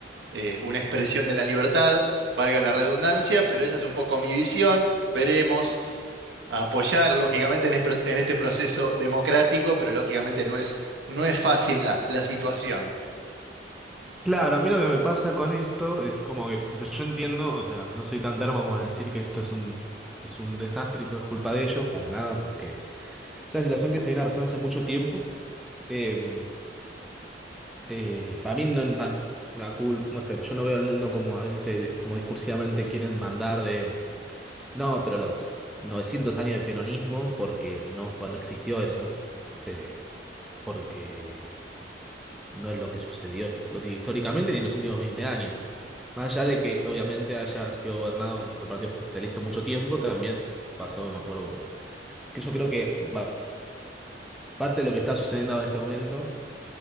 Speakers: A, on the right; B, in the centre.
A: eh, una expresión de la libertad, valga la redundancia, pero esa es un poco mi visión. Veremos a apoyar, lógicamente, en, espro- en este proceso democrático, pero lógicamente no es, no es fácil la, la situación.
B: Claro, a mí lo que me pasa con esto es como que, o sea, yo entiendo, o sea, no soy tan termo como a decir que esto es un, es un desastre y todo es culpa de ellos, para nada, porque es una situación que se viene arrastrando hace mucho tiempo. Eh, eh, para mí no, para mí no una cul- no sé, yo no veo el mundo como a veces te- como discursivamente quieren mandar de, no, pero los 900 años de peronismo, porque no fue, no existió eso, eh, porque No es lo que sucedió histo- históricamente ni en los últimos 20 años. Más allá de que obviamente haya sido gobernado por el Partido Justicialista mucho tiempo, también pasó, me acuerdo, con- que yo creo que va- parte de lo que está sucediendo ahora en este momento,